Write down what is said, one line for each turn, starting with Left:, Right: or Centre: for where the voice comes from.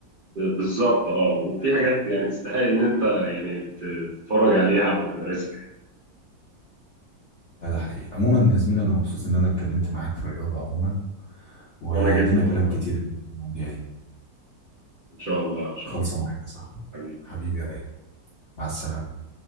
Right: ب- بالظبط اه وفي حاجات يعني تستحق ان انت يعني ت- تتفرج عليها او تمارسها
Left: لا، ده حقيقي عموما يا زميلي انا مبسوط ان انا اتكلمت معاك في الرياضه عموما ولينا
Right: وانا جدا
Left: كلام
Right: والله
Left: كتير في المواضيع دي
Right: ان شاء الله ان شاء
Left: خالصه
Right: الله
Left: معاك يا صاحبي
Right: حبيبي
Left: حبيبي يا رايق مع السلامه